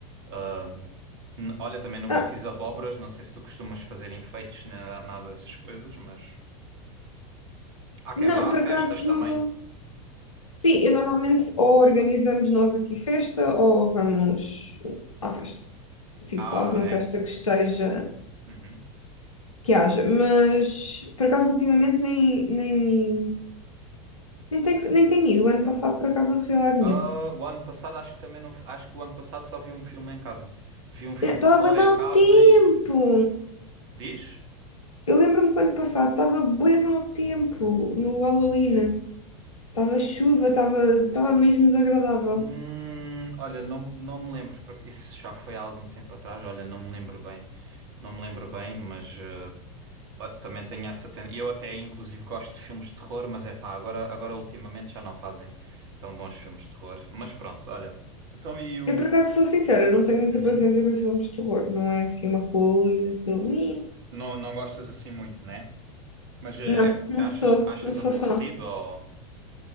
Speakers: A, on the right; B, on the left.
A: Ahm, N- Olha, também nunca
B: Ah,
A: fiz abóboras, não sei se tu costumas fazer enfeites nem na- nada dessas coisas, mas há quem
B: não,
A: vá a
B: por
A: festas
B: acaso,
A: também.
B: sim, eu normalmente ou organizamos nós aqui festa ou vamos à festa. Tipo,
A: Ah,
B: alguma
A: ah,
B: festa
A: é.
B: que esteja.
A: Uhum.
B: que haja, mas por acaso ultimamente nem, nem, nem, tenho, nem tenho ido. O ano passado por acaso não fui a lado
A: Ah,
B: nenhum.
A: o ano passado acho que também não, f- acho que o ano passado só vi um filme em casa. Vi um filme
B: Eh, Estava
A: de terror
B: bem
A: em
B: mau
A: casa
B: tempo!
A: e diz?
B: Eu lembro-me que o ano passado estava bem mau tempo no Halloween. Estava chuva, estava estava mesmo desagradável.
A: Hum, olha, não, não me lembro, porque isso já foi há algum tempo atrás, olha, não me lembro bem, não me lembro bem, mas eh, ó, também tenho essa tendência. Eu até, inclusive, gosto de filmes de terror, mas é pá, agora, agora ultimamente já não fazem tão bons filmes de terror. Mas pronto, olha, então e o...
B: Eu por acaso sou sincera, não tenho muita
A: Uhum.
B: paciência para filmes de terror, não é assim uma coisa que eu. "Ih".
A: Não, não gostas assim muito, né? Mas eh,
B: Não,
A: é,
B: não
A: achas,
B: sou,
A: achas
B: não sou
A: aborrecido
B: fã.
A: ou...